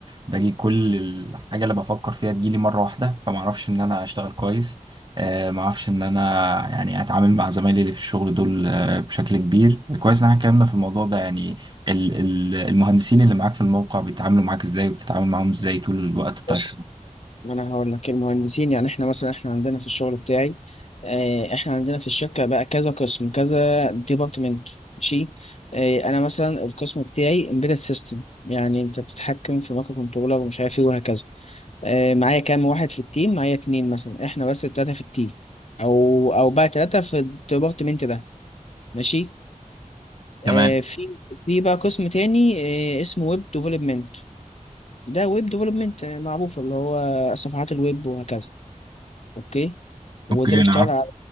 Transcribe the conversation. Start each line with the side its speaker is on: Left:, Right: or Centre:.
Right: باجي كل الحاجة اللي بفكر فيها تجيلي مرة واحدة فما أعرفش إن أنا أشتغل كويس آه، ما أعرفش إن أنا يعني أتعامل مع زمايلي اللي في الشغل دول آه، بشكل كبير كويس إن إحنا اتكلمنا في الموضوع ده يعني ال- ال- المهندسين اللي معاك في الموقع بيتعاملوا معاك إزاي وبتتعامل معاهم إزاي طول الوقت بتاع
Left: بص
Right: الشغل
Left: ما انا هقول لك المهندسين يعني احنا مثلا احنا عندنا في الشغل بتاعي آه، احنا عندنا في الشركه بقى كذا قسم كذا ديبارتمنت ماشي آه، انا مثلا القسم بتاعي امبيدد سيستم يعني انت بتتحكم في مايكرو كنترولر ومش عارف ايه وهكذا آه، معايا كام واحد في التيم معايا اتنين مثلا احنا بس التلاته في التيم او او بقى تلاته في الديبارتمنت ده ماشي
Right: تمام
Left: آه، في في بقى قسم تاني آه، اسمه ويب ديفلوبمنت ده ويب ديفلوبمنت معروف اللي هو صفحات الويب وهكذا اوكي وده
Right: اوكي
Left: بيشتغل
Right: انا
Left: على